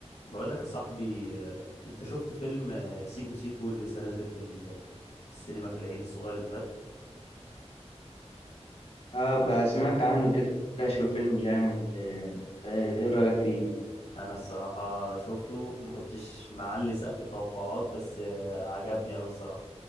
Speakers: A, on the left; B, on the left.
A: بقول لك يا صاحبي آه، انت شفت فيلم آه، سيكو سيكو اللي لسه نازل في ال- في السينما في العيد الصغير اللي فات
B: اه بقى سمعت عنه كده شكله فيلم جامد آه، انت ايه رأيك فيه؟
A: انا الصراحة شفته ما كنتش معلي سقف التوقعات بس آه، عجبني قوي الصراحة